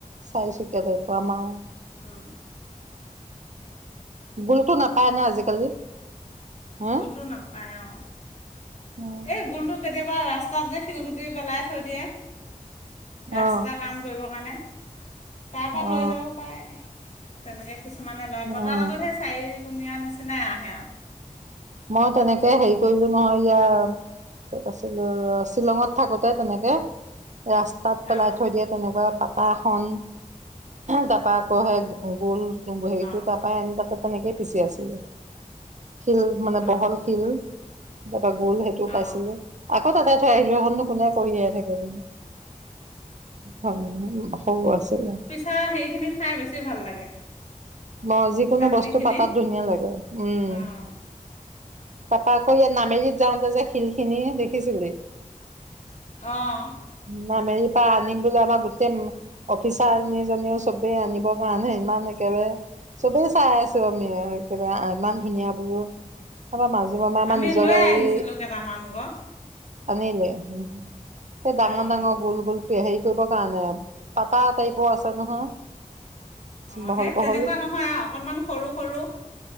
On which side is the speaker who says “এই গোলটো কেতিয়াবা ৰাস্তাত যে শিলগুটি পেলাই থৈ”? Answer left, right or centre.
Left